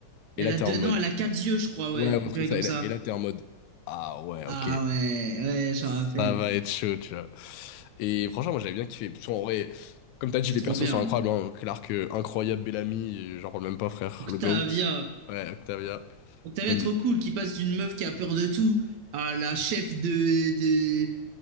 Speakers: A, on the right; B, on the left.
A: Elle
B: Et là,
A: a
B: t'es
A: deux...
B: en mode...
A: Non, elle a quatre yeux, je crois,
B: Ouais,
A: ouais.
B: on
A: Une
B: comme
A: grille
B: ça.
A: comme
B: Et là,
A: ça.
B: et là, t'es en mode, ah ouais,
A: Ah
B: ok,
A: ouais, ouais, je
B: ça
A: me rappelle.
B: va être chaud, tu vois. Et franchement, moi, j'avais bien kiffé. Parce qu'en vrai, comme t'as dit,
A: C'est
B: les
A: trop
B: persos
A: bien.
B: sont incroyables, hein. Clark, euh, incroyable, Bellamy, euh, j'en parle même pas, frère.
A: Octavia.
B: Le GOAT. Ouais, Octavia.
A: Octavia,
B: Même
A: trop
B: les
A: cool, qui passe d'une meuf qui a peur de tout à la chef de, de,